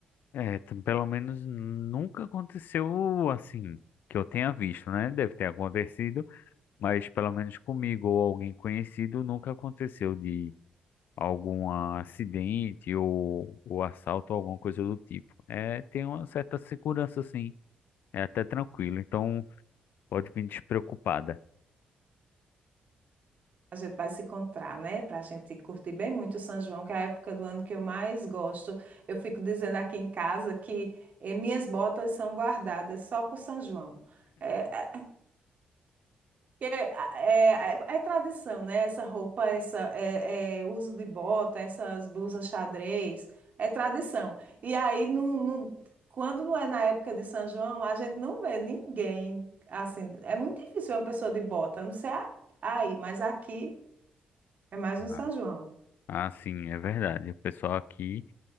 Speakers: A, on the left; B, on the right.
A: É, t- pelo menos nunca aconteceu assim que eu tenha visto, né? Deve ter acontecido, mas pelo menos comigo ou alguém conhecido nunca aconteceu de algum acidente ou, ou assalto ou alguma coisa do tipo. É, tem uma certa segurança, assim, é até tranquilo, então pode vir despreocupada.
B: A gente vai se encontrar, né? Para a gente curtir bem muito o São João, que é a época do ano que eu mais gosto. Eu fico dizendo aqui em casa que eh, minhas botas são guardadas só para o São João. É, É, é, é- é tradição, né? Essa roupa, essa é, é, uso de bota, essas blusas xadrez, é tradição. E aí, no, no- quando não é na época de São João, a gente não vê ninguém assim. É muito difícil ver uma pessoa de bota, a não ser a- aí, mas aqui é mais no
A: Ah,
B: São João.
A: Ah, sim, é verdade. O pessoal aqui